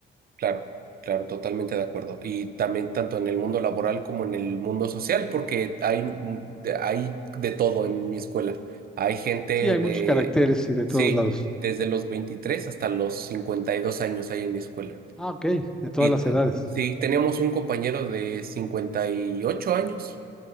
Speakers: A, on the right (about 50°); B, in the centre.
A: Claro, claro, totalmente de acuerdo. Y también tanto en el mundo laboral como en el mundo social, porque hay, mm, de- hay de todo en mi escuela. Hay gente
B: Sí, hay
A: de,
B: muchos caracteres y de
A: sí,
B: todos lados.
A: desde los 23 hasta los 52 años hay en mi escuela.
B: Ah, ok, de todas
A: Y
B: las
A: t-
B: edades.
A: sí, teníamos un compañero de 58 años.